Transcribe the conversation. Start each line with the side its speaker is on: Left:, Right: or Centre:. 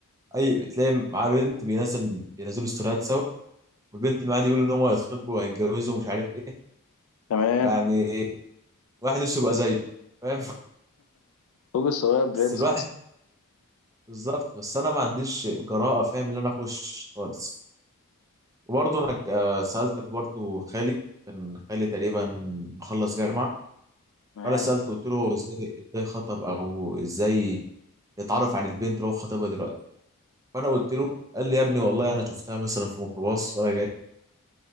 Right: اي تلاقي معاه بنت بينزل بينزلوا ستوريات سوا والبنت اللي معاه دي بيقولوا ان هم هيتخطبوا وهيتجوزوا ومش عارف ايه
Left: تمام
Right: يعني واحد نفسه يبقى زيه فاهم <laughs>
Left: فوق الصغير برنس
Right: بس الواحد
Left: يا اسطى
Right: بالظبط بس انا ما عنديش الجراءه فاهم ان انا اخش خالص وبرضه انا آه، سالت برضه خالي كان خالي تقريبا مخلص جامعه
Left: تمام
Right: فانا سالته قلت له ازاي ازاي خطب او ازاي يتعرف عن البنت اللي هو خطبها دلوقتي فانا قلت له قال لي يا ابني والله انا شفتها مثلا في ميكروباص وانا جاي